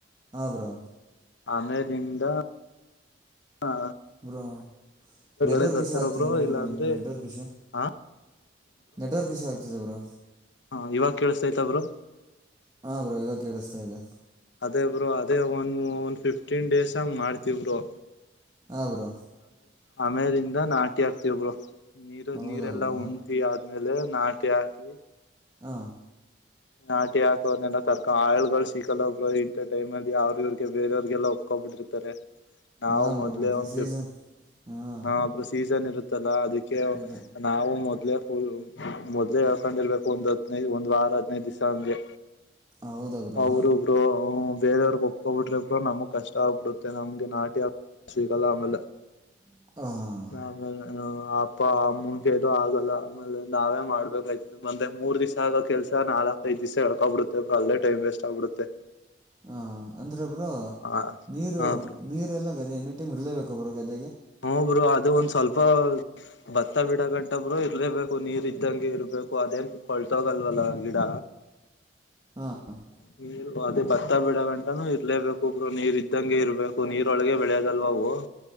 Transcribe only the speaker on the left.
ಆಮೇದಿಂದ ಹಾ
ನೆತಾರಬರು
ಇಲ್ಲ
ಅಂದ್ರೆ
ಹ
ಹಾ ಇವಾಗ ಕೇಳಸ್ತೈತ ಅವರು
ಅದೇ ಬರು ಅದೇ ಒಂದ ಒಂದ್ ಫಿಫ್ಟೀನ್ ಡೇಸ್ ಹಂಗ ಮಾಡ್ತವರು
ಆಮೇದಿಂದ ನಾಟಿ ಹಾಕ್ತಿವರು ನೀರು
ನೀರೆಲ್ಲಾ
ಉಣತಿ ಆದ್ಮೇಲೆ ನಾಟಿ ಹಕಿ
ನಾಟಿ ಹಾಕೋನ್ನೆಲ್ಲ ಕರ್ಕೊಂಡ ಆಳ್ುಗಳು ಸಿಕ್ಕಲ್ಲೊಬ್ರು ಇಂಥ ಟೈಮ ಅಲ್ಲಿ ಅವ್ರವ್ರಿಗೆ ಬೇರೆಯವ್ರರಿಗೆಲ್ಲ ಒಪ್ಕೊಂಡ್ಬಿಟ್ಟ. ನಾವು
ಮೊದ್ಲೇ
ಒಂದ
ಫಿಫ್ಟ
ಹ ಅ್ರ ಸೀಸನ್ ಇರುತ್ತಲ್ಲ ಅದಕ್ಕೆ
ನಾವು ಮ ಮೊದ್ಲೇ ಫುಲ್ ಮೊದ್ಲೇ ಹೇಳ್ಕೊಂಡ್ಿರ್ಬೇಕು ಒಂದ್ ಹದ್ಿನೈದು ಒಂದ್ ವಾರ ಹದ್ಿನೈದು್ ದಿವಸ ಹಂಗೆ.
ಅವರುಬ್ರು ಬೇರೆಯವ್ರಿಗೆ ಒಪ್ಕೊಬಿಟ್ರೆ ಕ್ರ ನಮಗೆ ಕಷ್ಟ ಆಗ್ಬಿಡುತ್ತೆ ನಮ್ಗೆ ನಾಟಿ ಅಭ್ಯಾಸ ಸಿಗಲ್ಲ ಆಮೇಲೆ.
ನ ಆಮೇಲೆ ಅಪ್ಪ ಅಮ್ಮನ್ ಬೇದು ಆಗಲ್ಲ ಆಮೇಲೆ ನಾವೇ ಮಾಡಬೇಕಾಯ್ತ ಮಂದೆ ಮೂರ್ ದಿವಸ ಕೆಲ್ಸ ನಾಲ್ಕ ಐದು ದಿವಸ ಹಳ್ಕೊಬಿಡೆ್ರ ಅಲ್ಲೇ ಟಮ್ ವೇಸ್ಟ್ ಆಗ್ಬಿಡುತ್ತೆ
ಹ
ಹಾ ಬ್ರೋ
ಹೂ ಬರು ಅದು ಒಂದ್ ಸ್ವಲ್ಪ ಭತ್ತ ಬಿಡ ಗಂಟಬ್ರು ಇರ್ಲೇಬೇಕು ನೀರ್ ಇದ್ದಂಗೆ ಇರ್ಬೇಕು ಅದೇನ್ ಕೊಳ್ತೋಗಲ್ವಲ್ಲ ಗಿಡ.
ನೀ ಅದೇ ಭತ್ತ ಬಿೀಡ ಗಂಟಾನು ಇರ್ಲೇಬೇಕು ಒಬ್ರು ನೀರ್ ಇದ್ದಂಗೆ ಇರ್ಬೇಕು ನೀರೊಳಗೆ ಬೆಳೆಯೋದಲ್ವ ಅವು.